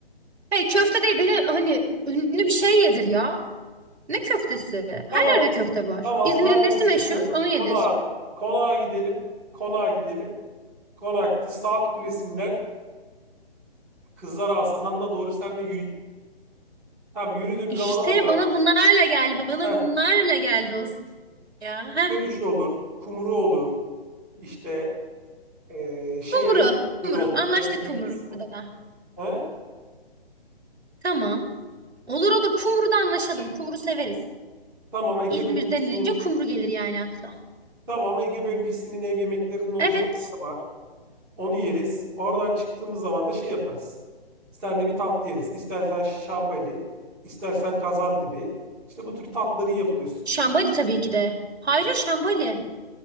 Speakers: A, on the right; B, in the centre.
A: Hey köfte değil beni hani ünlü bir şey yedir ya. Ne köftesi? Her
B: Tamam.
A: yerde köfte var.
B: Tamam
A: İzmir'in
B: madem
A: nesi
B: istemiyorsun
A: meşhur? Onu yedir.
B: konağa. Konağa gidelim. Konağa gidelim. Konakta saat kulesinden Kızlar Asahan'la doğru senle yürüyeyim. tam yürüdüğüm
A: İşte
B: zaman orada
A: bana bunlarla gel, bana
B: heh,
A: bunlarla gel dostum ya. Heh,
B: dövüş olur, kumru olur, işte eee, şey
A: kumru,
B: ev yemekleri
A: kumru.
B: olur,
A: Anlaştık
B: Ege bölgesi.
A: kumruda.
B: He?
A: Tamam. Olur olur kumru da anlaşalım. Kumru severiz.
B: Tamam Ege
A: İzmir
B: bölgesinin
A: denilince kumru gelir yani akla.
B: tamam Ege bölgesinin ev yemeklerinin olduğu
A: Evet.
B: bir yer var. Onu yeriz. Oradan çıktığımız zaman da şey yaparız. Senle bir tatlı yeriz. İstersen şambali, istersen kazandibi. İşte bu tür tatları iyi yapılıyor. Sütlü
A: Şambali
B: tat-
A: tabii ki de. Hayır Şambali.